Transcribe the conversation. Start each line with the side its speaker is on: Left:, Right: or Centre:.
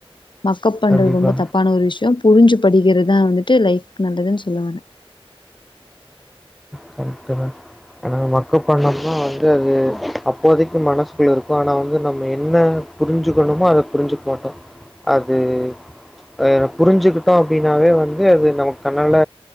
Left: மக்கப் பண்றது
Centre: கண்டிப்பா.
Left: ரொம்ப தப்பான ஒரு விஷ்யோ புருஞ்சு படிக்கிறதுதா வந்துட்டு லைஃபுக்கு நல்லதுன் சொல்ல வரே
Centre: கரக்டுங்க மக்க பண்ணோம்னா வந்து அது அப்போதைக்கு மனசுக்குள்ள இருக்கு ஆனா வந்து நம்ம என்ன புரிஞ்சுக்கணுமோ அத புரிஞ்சுக்க மாட்டோ அது அது புரிஞ்சுக்குட்டோ அப்டினாவே வந்து அது நமக்கு கண்ணால